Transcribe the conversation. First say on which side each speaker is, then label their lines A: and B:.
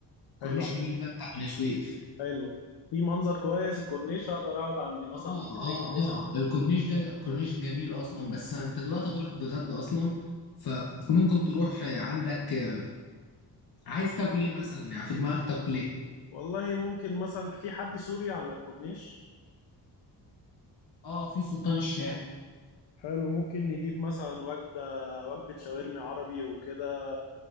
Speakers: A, on the left; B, on the left.
A: كورنيش
B: حلو
A: النيل بقى بتاع بني سويف
B: حلو في منظر كويس الكورنيش اقدر اقعد عند مثلا
A: اه
B: في كافيه
A: اه
B: كويس
A: اه
B: أوي.
A: الكورنيش ده الكورنيش جميل اصلا بس انت دلوقتي هتروح تتغدى اصلا ف- فممكن تروح آه، عندك آه، عايز تاكل ايه مثلا يعني في دماغك تاكل ايه
B: والله ممكن مثلا في حد سوري على الكورنيش
A: اه في سلطان الشام
B: حلو ممكن نجيب مثلا وجبة وجبة شاورما عربي وكده